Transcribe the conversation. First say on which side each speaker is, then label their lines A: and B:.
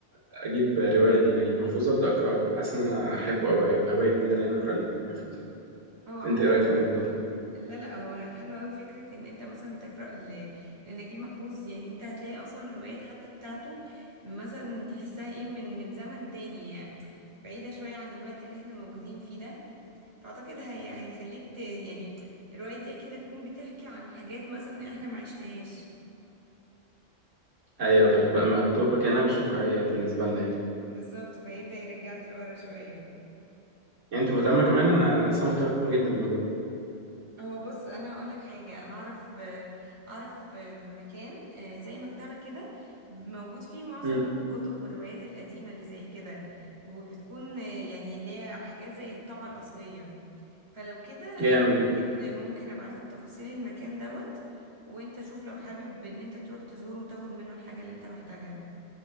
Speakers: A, on the right (about 90°); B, on the right (about 25°).
A: اجيب روايه لنجيب محفوظ ابدا اقرا له حاسس ان انا احبه قوي هيبقى هوايه جديده لان اقرا لنجيب محفوظ يعني
B: هو عموما
A: انت ايه رايك في الموضوع ده
B: لا لا هو حلو قوي فكره ان انت مثلا تقرا ل... لنجيب محفوظ يعني انت هتلاقي اصلا الروايات حتى بتاعته مثلا تحسها ايه من من زمن تاني يعني بعيده شويه عن الوقت اللي احنا موجودين فيه ده فاعتقد هي... هيخليك ت... يعني الروايات دي اكيد هتكون بتحكي عن حاجات مثلا احنا ما عشناهاش
A: ايوه فبقى ما بتبقى كانها مش واقعيه بالنسبه لنا يعني
B: بالظبط فيبدأ يرجعك لورا شوية
A: يعني انت مهتمه
B: عموما
A: كمان انا اصلا مهتم جدا بالموضوع ده
B: هو بص انا هقول لك حاجه انا اعرف آه، اعرف آه، مكان آه، زي مكتبه كده موجود فيه معظم
A: امم
B: الكتب والروايات القديمه اللي زي كده وبتكون آه، يعني ليها حاجات زي الطبعه الاصليه فلو كده انا
A: جامد
B: ممكن
A: جامد
B: ممكن ابعت لك تفاصيل المكان دوت وانت شوف لو حابب ان انت تروح تزوره وتاخد منه الحاجه اللي انت محتاجها